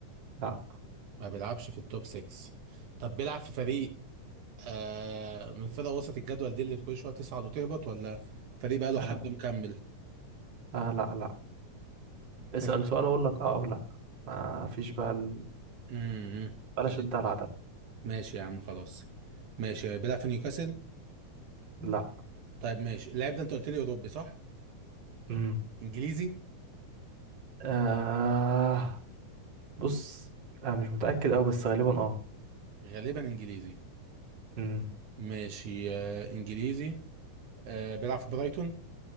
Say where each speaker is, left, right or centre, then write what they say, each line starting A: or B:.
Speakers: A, on the right (about 35°); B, on the right (about 75°).
A: لا
B: ما بيلعبش في التوب 6 طب بيلعب في فريق آه من فرق وسط الجدول دي اللي كل شويه تصعد وتهبط ولا فريق بقى له
A: أه
B: حبه مكمل
A: آه، لا لا اسأل
B: فريق
A: سؤال اقول لك اه او لا ما فيش بقى ال...
B: امم
A: بلاش
B: تجد
A: الدلع ده
B: ماشي يا عم خلاص ماشي بيلعب في نيوكاسل
A: لا
B: طيب ماشي اللاعب ده انت قلت لي اوروبي صح
A: امم
B: انجليزي
A: آه بص آه مش متأكد أوي بس غالبا اه
B: غالبا انجليزي
A: امم
B: ماشي آه انجليزي آه بيلعب في برايتون